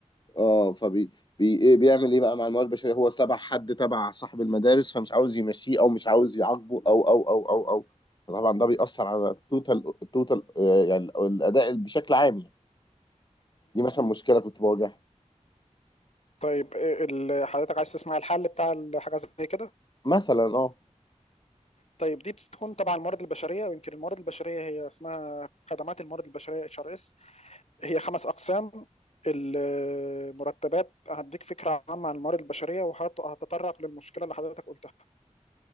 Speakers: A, on the left; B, on the left.
A: اه فبي بي ايه بيعمل ايه بقى مع الموارد البشريه هو تبع حد تبع صاحب المدارس فمش عاوز يمشيه او مش عاوز يعاقبه او او او او او طبعا ده بيأثر على التوتال التوتال آه، يعني الاداء بشكل عام يعني دي مثلا مشكله كنت بواجهها
B: طيب إيه ال- حضرتك عايز تسمع الحل بتاع الحاجه زي كده
A: مثلا اه
B: طيب دي بتكون تبع الموارد البشريه ويمكن الموارد البشريه هي اسمها خدمات الموارد البشريه اتش ار اس هي خمس اقسام المرتبات هديك فكره عامه عن الموارد البشريه وهتطرق للمشكله اللي حضرتك قلتها